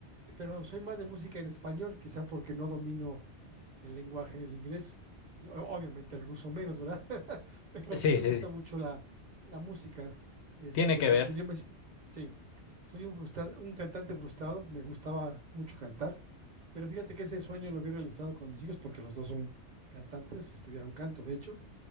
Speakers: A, on the right; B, on the left.
A: pero soy más de música en español, quizá porque no domino el lenguaje del inglés, y o- obviamente el ruso menos, ¿verdad? <laughs> Pero
B: Sí,
A: sí me gusta
B: sí,
A: mucho la, la música, este,
B: tiene que
A: porque
B: ver.
A: yo me, si- sí, soy un frustra- un cantante frustrado, me gustaba mucho cantar, pero fíjate que ese sueño lo vi realizado con mis hijos porque los dos son cantantes, estudiaron canto, de hecho,